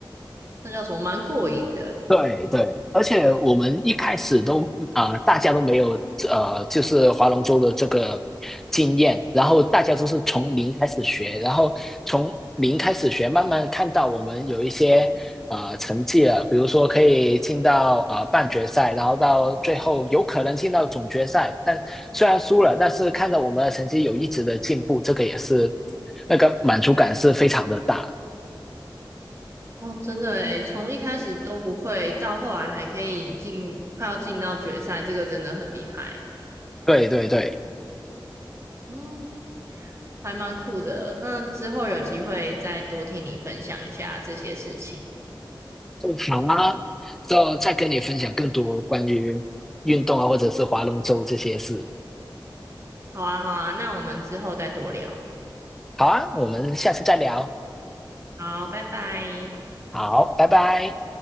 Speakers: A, on the right; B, in the centre.
A: 那叫什么，蛮过瘾的。
B: 对对，而且我们一开始都啊、呃大家都没有呃，就是划龙舟的这个经验，然后大家都是从零开始学，然后从零开始学，慢慢看到我们有一些呃成绩了，比如说可以进到呃半决赛，然后到最后有可能进到总决赛，但虽然输了，但是看到我们的成绩有一直的进步，这个也是那个满足感是非常的大。
A: 哦，真的诶，从一开始都不会，到后来还可以进，快要进到决赛，这个真的很厉害。
B: 对对对。
A: 嗯，还蛮酷的。那之后有机会再多听你分享一下这些事情。
B: 好啊，之后再跟你分享更多关于运动啊，或者是划龙舟这些事。
A: 好啊，好啊，那我们之后再多聊。
B: 好啊，我们下次再聊。
A: 好，拜拜。
B: 好，拜拜。